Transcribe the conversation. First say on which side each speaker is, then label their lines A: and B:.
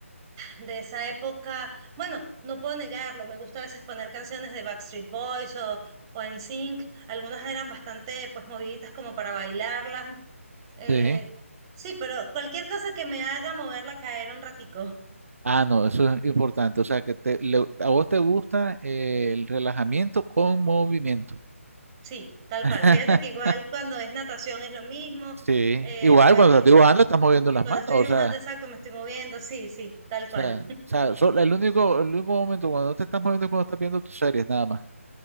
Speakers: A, on the right (about 20°); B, on the right (about 70°).
A: de esa época. Bueno, no puedo negarlo, me gusta a veces poner canciones de Backstreet Boys o, o NSYNC. Algunas eran bastante pues moviditas como para bailarlas. eh,
B: Sí.
A: sí, pero cualquier cosa que me haga moverla caer un ratico.
B: Ah, no, eso es importante. O sea, que te- le- a vos te gusta eh, el relajamiento con movimiento.
A: Sí, tal
B: <laughs>
A: cual. Fíjate que igual cuando es natación es lo mismo.
B: Sí,
A: eh,
B: igual
A: pues
B: cuando
A: el-
B: estás dibujando estás moviendo las
A: cuando
B: manos,
A: estoy
B: o
A: dibujando
B: sea,
A: exacto me estoy moviendo. Sí, sí, tal
B: o
A: cual.
B: sea, o sea, solo- el único, el único momento cuando no te estás moviendo es cuando estás viendo tus series nada más.